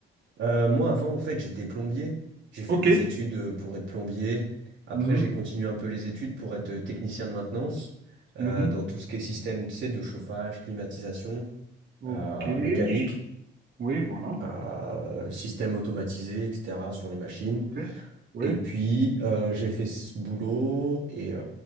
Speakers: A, on the right; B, on the right.
A: Euh, moi, avant, en fait, j'étais plombier. J'ai fait
B: Ok.
A: des études euh, pour être plombier. Après,
B: Mhm,
A: j'ai continué un peu les études pour être euh, technicien de maintenance euh,
B: mhm.
A: dans tout ce qui est système, tu sais, de chauffage, climatisation,
B: Ok.
A: euh, mécanique,
B: je- Oui, voilà.
A: euh, système automatisé, etc., sur les machines.
B: Ok. Oui.
A: Et puis, euh, j'ai fait ce boulot. Et euh,